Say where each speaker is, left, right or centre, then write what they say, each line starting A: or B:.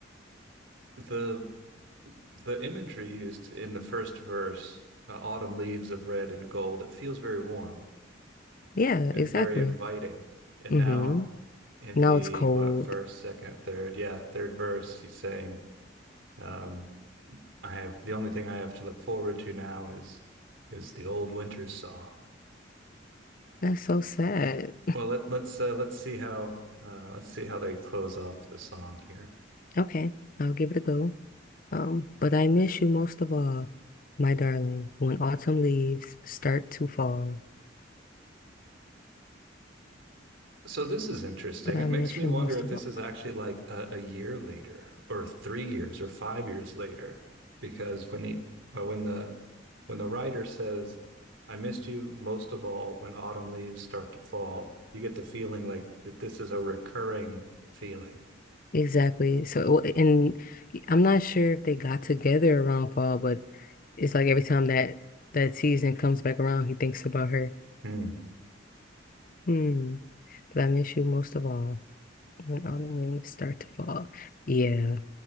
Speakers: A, on the right; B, on the left.
A: the the imagery used in the first verse, uh, autumn leaves of red and gold, it feels very warm,
B: Yeah,
A: eh,
B: exactly.
A: very inviting. And
B: hmm
A: now in
B: Now
A: the
B: it's cold.
A: what first, second, third, yeah, third verse, he's saying, um, I have the only thing I have to look forward to now is is the old winter's song.
B: That's so sad.
A: Well, let let's uh, let's see how uh, let's see how they close off the song here.
B: Okay, I'll give it a go. Um, but I miss you most of all, my darling, when autumn leaves start to fall.
A: So this is interesting.
B: But I
A: It
B: miss
A: makes me
B: you
A: wonder
B: most
A: if
B: of
A: this
B: all.
A: is actually like a, a year later, or three years, or five years later, because when he, uh, when the, when the writer says, "I missed you most of all when autumn leaves start to fall," you get the feeling like that this is a recurring feeling.
B: Exactly. So, it wa- and I'm not sure if they got together around fall, but it's like every time that that season comes back around, he thinks about her.
A: Hmm.
B: Hmm. But I miss you most of all when autumn leaves start to fall. Yeah,